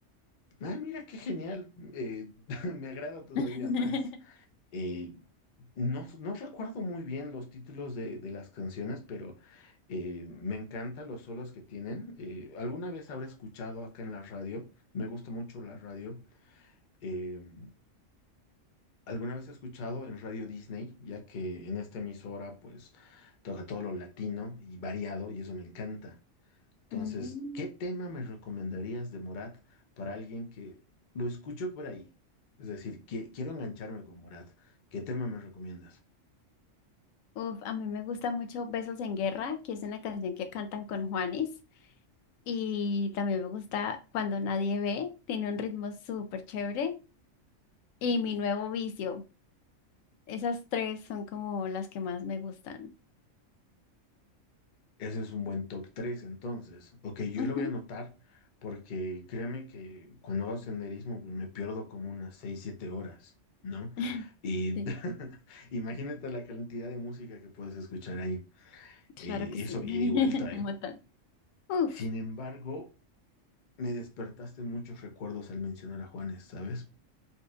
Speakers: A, on the left (about 45°); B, on the left (about 85°).
A: Ah, mira, qué genial. Eh, <laughs> me agrada todavía
B: <laughs>
A: más. eh, no, no recuerdo muy bien los títulos de, de las canciones, pero eh, me encantan los solos que tienen. Eh, alguna vez habré escuchado acá en la radio, me gusta mucho la radio. eh, alguna vez he escuchado en Radio Disney, ya que en esta emisora pues toca todo lo latino y variado y eso me encanta. Entonces,
B: Mm.
A: ¿qué tema me recomendarías de Morat para alguien que lo escucho por ahí? Es decir, que, quiero engancharme con Morat. ¿Qué tema me recomiendas?
B: Uf, a mí me gusta mucho Besos en Guerra, que es una canción que cantan con Juanes. Y también me gusta Cuando Nadie Ve, tiene un ritmo súper chévere. Y mi nuevo vicio. Esas tres son como las que más me gustan.
A: Ese es un buen top 3, entonces. Ok, yo
B: Ujú.
A: lo voy a anotar porque créeme que cuando hago senderismo güey, me pierdo como unas 6 7 horas, ¿no?
B: <laughs>
A: Y
B: Sí,
A: <laughs> imagínate la cantidad de música que puedes escuchar ahí.
B: claro
A: Eh,
B: que
A: y
B: sí.
A: eso, ida
B: <laughs>
A: y vuelta,
B: Un
A: ¿eh?
B: montón. Uf,
A: Sin embargo, me despertaste muchos recuerdos al mencionar a Juanes, ¿sabes?